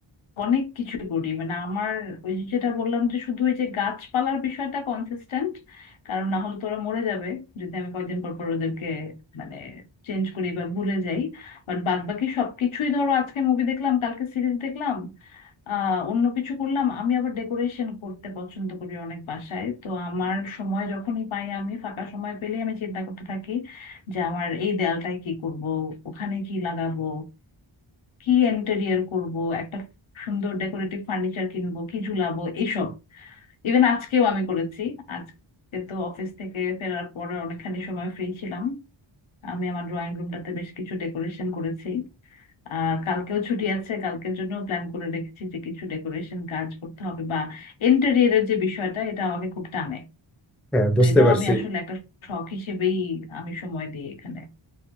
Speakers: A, on the left; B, in the centre.
A: অনেক কিছু করি মানে আমার ওই যে যেটা বললাম যে শুধু ওই যে গাছপালার বিষয়টা কনসিস্টেন্ট কারণ না হলে তোরা মরে যাবে যদি আমি কয়েকদিন পর পর ওদেরকে মানে চেঞ্জ করি বা ভুলে যাই বাট বাদ বাকি সবকিছুই ধরো আজকে মুভি দেখলাম কালকে সিরিজ দেখলাম আহ অন্য কিছু করলাম আমি আবার ডেকোরেশন করতে পছন্দ করি অনেক বাসায় তো আমার সময় যখনই পাই আমি ফাঁকা সময় পেলেই আমি চিন্তা করতে থাকি যে আমার এই দেয়ালটায় কি করব ওখানে কি লাগাবো কি ইন্টেরিয়র করব একটা সুন্দর ডেকোরেটিভ ফার্নিচার কিনবো কি ঝুলাবো এইসব ইভেন আজকেও আমি করেছি আজকে তো অফিস থেকে ফেরার পরে অনেকখানি সময় ফ্রি ছিলাম আমি আমার ড্রয়িং রুমটাতে বেশ কিছু ডেকোরেশন করেছি আহ কালকেও ছুটি আছে কালকের জন্য প্ল্যান করে রেখেছি যে কিছু ডেকোরেশন কাজ করতে হবে বা ইন্টেরিয়রের যে বিষয়টা এটা আমাকে খুব টানে
B: হ্যাঁ বুঝতে
A: তো এটাও
B: পারছি
A: আমি আসলে একটা শখ হিসেবেই আমি সময় দিই এখানে